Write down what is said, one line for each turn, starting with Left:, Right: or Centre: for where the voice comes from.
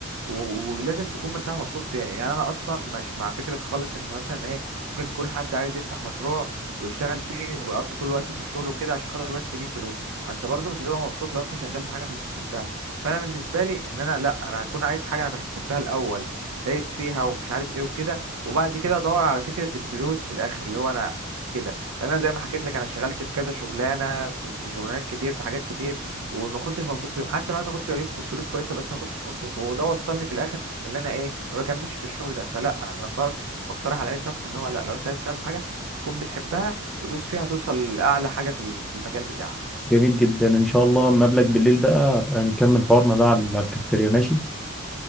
Right: و- ولازم تكون مرتاح ومبسوط فيها يعني انا اصلا مش مع فكره خالص ان مثلا ايه ممكن يكون حد عايز يفتح مشروع ويشتغل فيه ويقضي طول الوقت في الشغل وكده عشان خاطر بس يجيب فلوس ما انت برضه مش هتبقى مبسوط لو انت شغال في حاجه مش بتحبها فانا بالنسبه لي ان انا لا انا هكون عايز حاجه انا بحبها الاول دايس فيها ومش عارف ايه وكده وبعد كده ادور على فكره الفلوس في الاخر اللي هو انا كده لان انا زي ما حكيت لك انا اشتغلت في كذا شغلانه في في شغلانات كتير في حاجات كتير وما كنتش مبسوط فيهم حتى لو انا كنت بجيب كو- فلوس كويسه بس ما كنتش مبسوط وده وصلني في الاخر ان انا ايه ما بكملش في الشغل ده فلا انا بر- بقترح على اي شخص ان هو لا لو انت عايز تشتغل في حاجه تكون بتحبها ودوس فيها توصل لاعلى حاجه في ال- في المجال بتاعك
Centre: جميل جدا ان شاء الله مقابلك بالليل بقى أبقى نكمل حوارنا ده على الكافيتيريا ماشي